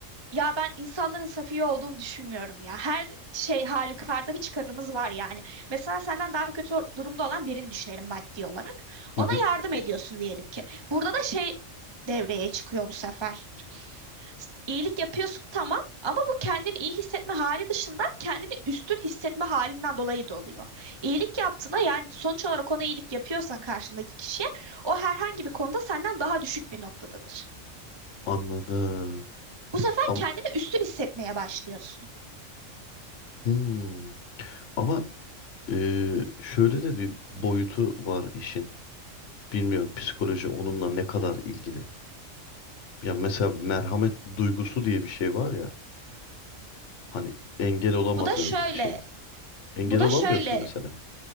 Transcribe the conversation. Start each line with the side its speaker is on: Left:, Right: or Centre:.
Right: Ya ben insanların safiye olduğunu düşünmüyorum ya. Her şey halükarda bir çıkarımız var yani. Mesela senden daha kötü or- durumda olan birini düşünelim maddi olarak. Ona
Left: Hı hı,
Right: yardım ediyorsun diyelim ki. Burada da şey devreye çıkıyor bu sefer. S- İyilik yapıyorsun tamam ama bu kendini iyi hissetme hali dışında kendini üstün hissetme halinden dolayı da oluyor. İyilik yaptığında yani sonuç olarak ona iyilik yapıyorsan karşındaki kişiye o herhangi bir konuda senden daha düşük bir noktadadır.
Left: anladım.
Right: Bu sefer
Left: Ama,
Right: kendini üstün hissetmeye başlıyorsun.
Left: hmm. Ama e, şöyle de bir boyutu var işin. Bilmiyorum psikoloji onunla ne kadar ilgili. Ya mesela merhamet duygusu diye bir şey var ya. Hani engel olamadığın
Right: Bu da şöyle,
Left: bir şeydir. Engel
Right: bu da
Left: olamıyorsun
Right: şöyle,
Left: mesela.